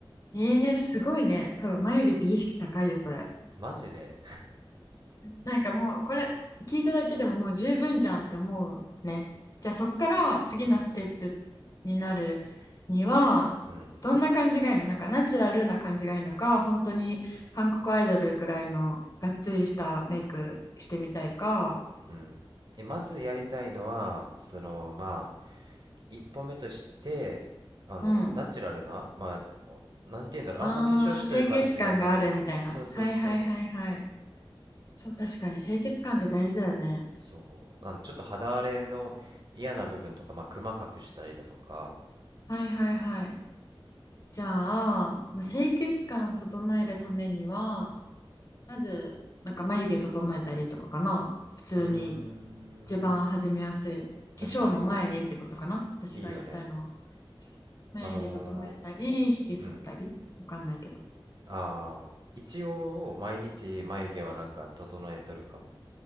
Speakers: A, on the left; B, on the right.
A: ええー、すごいね。多分前より美意識高いよ、それ。
B: マジで
A: なんかもうこれ聞いただけでももう十分じゃんって思うね。じゃあそっから次のステップ
B: あうん
A: になるにはどんな感じがいいのなんかナチュラルな感じがいいのか本当に韓国アイドルぐらいのがっつりしたメイクしてみたいか
B: うんうんえまずやりたいのはそのまあ一歩目としてあのナチュラルなまあおなんて言うんだろうあんま化粧しとるかしてないかぐらいねそうそうそう
A: うんあー清潔感があるみたいなはいはいはいはいそう確かに清潔感って大事だよね
B: そうあのちょっと肌荒れの嫌な部分とかまあクマ隠したりだとか
A: はいはいはいじゃあ、まあ、清潔感整えるためにはまず、なんか眉毛整えたりとかかな。普通に
B: うーん
A: 一番始めやすい。化粧の前にってことかな。
B: 確かに
A: 私が言いたいのは。
B: いいよね
A: 眉毛整えたり、
B: あの
A: ひげ剃ったり。
B: ーうん
A: わかんないけど。
B: ああー一応毎日眉毛はなんか整えとるかも